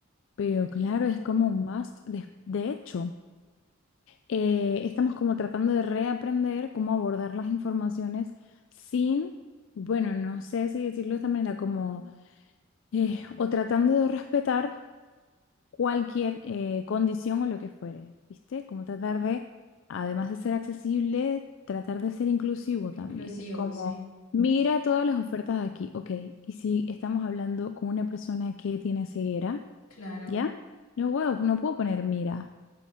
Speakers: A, on the left; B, on the left.
A: Pero claro, es como un must. de de hecho. eh, estamos como tratando de reaprender cómo abordar las informaciones sin, bueno, no sé si decirlo de esta manera, como, eh, o tratando de respetar cualquier eh, condición o lo que fuere, ¿viste? Como tratar de, además de ser accesible, tratar de ser inclusivo
B: Inclusivo,
A: también. Es como,
B: sí,
A: mira todas las ofertas aquí, ok, y si estamos hablando con una persona que tiene ceguera,
B: claro,
A: ¿ya? No puedo, no puedo poner mira.